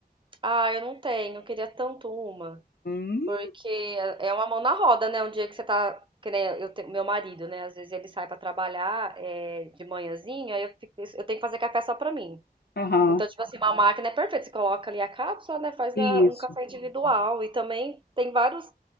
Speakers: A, on the right; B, on the left.
A: ah, eu não tenho. Eu queria tanto uma.
B: Hum,
A: Porque é é uma mão na roda, né? Um dia que você tá, que nem eu, te- meu marido, né? Às vezes ele sai pra trabalhar é, de manhãzinho, aí eu, fico- eu tenho que fazer café só pra mim.
B: aham,
A: Então, tipo assim, uma Uhum. máquina é perfeita. Você coloca ali a cápsula, né? Faz
B: isso,
A: a- um café individual. E também tem vários,